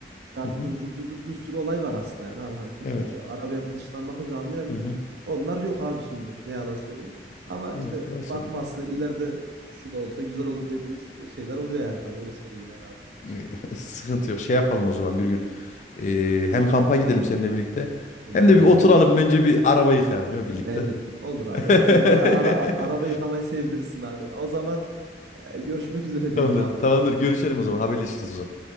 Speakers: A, on the right; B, on the left.
A: cartıdır,
B: Hı hı.
A: curtudur bir sürü olay var aslında yani abi. Hani tek
B: Evet.
A: e, arabaya dıştan bakınca anlayamıyorum.
B: Hı hı.
A: Onlar yok abi şimdi. Ne yalan söyleyeyim. Ama işte
B: Evet, doğru söylüyorsun.
A: bakması ileride şu da olsa güzel olur dediğimiz şeyler oluyor yani tabii öyle söyleyeyim yani abi sana.
B: Ee, <laughs> Sıkıntı yok. Şey yapalım o zaman bir gün. Ee, hem kampa gidelim seninle birlikte.
A: Olur
B: Hem
A: olur
B: de bir
A: abi.
B: oturalım bence bir araba yıkayalım ya birlikte.
A: Bence de. olur abi.
B: <laughs>
A: Sen bana ara, a- araba yıkamayı sevdirirsin abi. O zaman e, görüşmek üzere diyelim
B: Tamamdır.
A: abi.
B: Tamamdır. Görüşelim o zaman. Haberleşiriz o zaman.